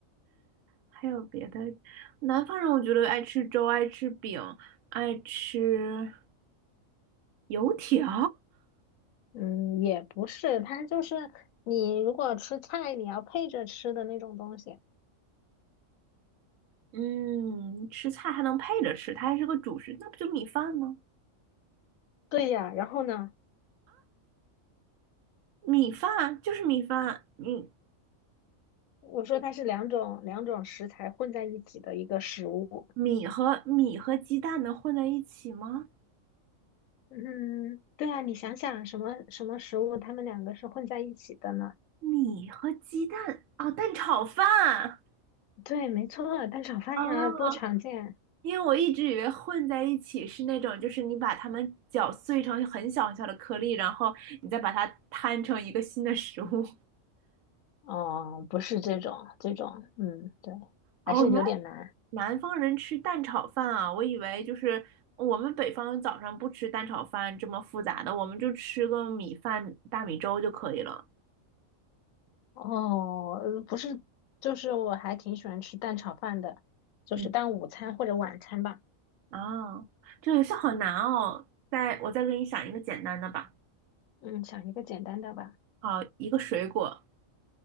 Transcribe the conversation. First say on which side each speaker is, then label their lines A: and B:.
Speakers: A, on the right (about 75°); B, on the left (about 80°).
A: 还有别的，南方人我觉得爱吃粥，爱吃饼，爱吃油条，
B: 嗯，也不是，它就是你如果吃菜，你要配着吃的那种东西。
A: 嗯，吃菜还能配着吃，它还是个主食，那不就米饭吗？
B: 对呀，然后呢，
A: 米饭就是米饭，嗯，
B: 我说它是两种两种食材混在一起的一个食物，
A: 米和米和鸡蛋能混在一起吗？
B: 嗯，对啊，你想想什么什么食物，它们两个是混在一起的呢？
A: 米和鸡蛋，啊，蛋炒饭。
B: 对，没错，蛋炒饭呀，
A: 啊，
B: 多常见。
A: 因为我一直以为混在一起是那种，就是你把它们搅碎成很小很小的颗粒，然后你再把它摊成一个新的食物。
B: 哦，不是这种，这种，嗯，对，
A: 哦，
B: 还是有点难。
A: 原来南方人吃蛋炒饭啊，我以为就是我们北方早上不吃蛋炒饭这么复杂的，我们就吃个米饭、大米粥就可以了。
B: 哦，呃不是，就是我还挺喜欢吃蛋炒饭的，就是当午餐或者晚餐吧。
A: 嗯，啊，这个游戏好难哦。再，我再给你想一个简单的吧。
B: 嗯，想一个简单的吧。
A: 好，一个水果，